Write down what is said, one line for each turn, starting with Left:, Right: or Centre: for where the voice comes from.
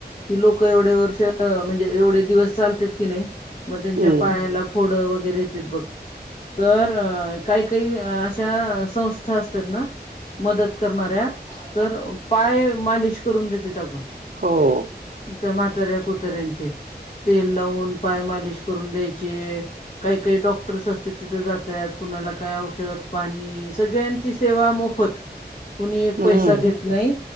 Left: ही लोक एवढे वर्ष म्हणजे एवढे दिवस चालतेत की नाही म
Right: हम्म
Left: तेच्या पायाला फोड वगैरे येतेत बघ, तर काही काही आशा संस्था असतात ना मदत करणाऱ्या, तर पाय मालिश करून देतेत आगं.
Right: हो,
Left: त्या, म्हाताऱ्या कुतुर्याचे तेल लावून पाय मालिश करून द्यायचे, काही, काही डॉक्टर्स असतात. तिथे जातात कुणाला काय औषध पाणी सगळ्यांची सेवा मोफत, कुणी एक
Right: हम्म
Left: पैसा घेत नाही,